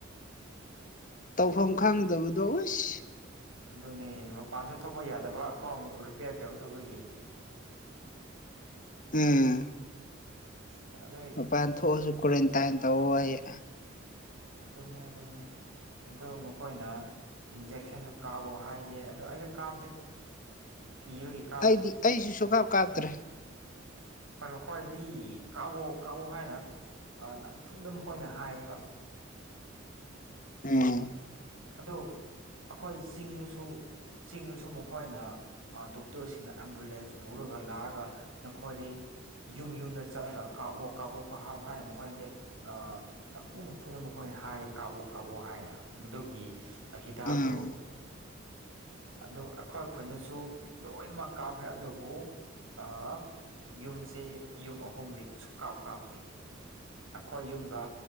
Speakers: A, on the left; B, on the right.
A: ꯇꯧꯐꯝ ꯈꯪꯗꯕꯗꯣ ꯑꯣꯁ
B: ꯑꯗꯨꯅꯦ ꯃꯄꯥꯟꯁꯨ ꯊꯣꯛꯄ ꯌꯥꯗꯕ ꯀꯣ <unintelligible> ꯔꯤꯄꯤꯦꯌꯔ ꯇꯧꯗꯧꯕꯒꯤ
A: ꯎꯝ
B: ꯑꯁ ꯑꯗꯨꯏ
A: ꯃꯄꯥꯟ ꯊꯣꯛꯑꯁꯨ ꯀꯣꯔꯦꯟꯇꯥꯏꯟ ꯇꯧ ꯑꯩ ꯌꯦ
B: ꯑꯗꯨꯅꯦ ꯑꯗꯨꯅꯦ ꯑꯗꯨ ꯃꯈꯣꯏꯅ ꯏꯟꯖꯦꯛꯁꯟꯁꯨ ꯀꯥꯎꯑꯣ ꯍꯥꯏꯌꯦ ꯑꯗꯨ ꯑꯩꯗꯨ ꯀꯥꯞꯗꯦ ꯀꯤꯕꯒꯤ
A: ꯑꯩꯗꯤ ꯑꯩꯁꯨ ꯁꯨꯀꯥꯞ ꯀꯥꯞꯇ꯭ꯔꯦ
B: ꯍꯣꯏ ꯃꯈꯣꯏꯗꯤ ꯀꯥꯕꯣꯛ ꯀꯥꯕꯣꯛ ꯍꯥꯏꯅ ꯅꯝꯐꯨꯗ ꯃꯈꯣꯏꯅ ꯍꯥꯏꯌꯦꯕ
A: ꯎꯝ
B: ꯑꯗꯨꯣ ꯑꯩꯈꯣꯏ ꯆꯤꯡꯉꯨꯁꯨ ꯆꯤꯡꯉꯨꯁꯨ ꯃꯈꯣꯏꯅ ꯗꯣꯛꯇꯔꯁꯤꯡꯅ ꯑꯦꯝꯕꯨꯂꯦꯟꯁ ꯄꯨꯔꯒ ꯂꯥꯛꯑꯒ ꯅꯈꯣꯏꯗꯩ ꯌꯨꯝ ꯌꯨꯝꯗ ꯆꯠꯂꯒ ꯀꯥꯞꯑꯣ ꯀꯥꯞꯑꯣ ꯀꯥꯞꯍꯥꯎ ꯍꯥꯏ ꯃꯈꯣꯏꯗꯤ ꯑ ꯅꯝꯐꯨ ꯅꯝꯐꯨꯅ ꯃꯈꯣꯏꯅ ꯍꯥꯏ ꯀꯥꯞꯑꯣ ꯀꯥꯞꯑꯣ ꯍꯥꯏꯅ ꯃꯗꯨ ꯏ ꯑ ꯍꯤꯗꯥꯛꯗꯣ
A: ꯎꯝ
B: ꯑꯗꯨ ꯑꯩꯈꯣꯏ ꯈꯨꯜꯗꯁꯨ ꯂꯣꯏꯅꯃꯛ ꯀꯥꯞꯈ꯭ꯔꯦ ꯑꯗꯨꯕꯨ ꯑꯥ ꯌꯨꯝꯁꯦ ꯌꯨꯝ ꯑꯍꯨꯝꯗꯤ ꯁꯨꯛ ꯀꯥꯞ ꯀꯥꯞꯇꯦ ꯑꯩꯈꯣꯏ ꯌꯨꯝꯒ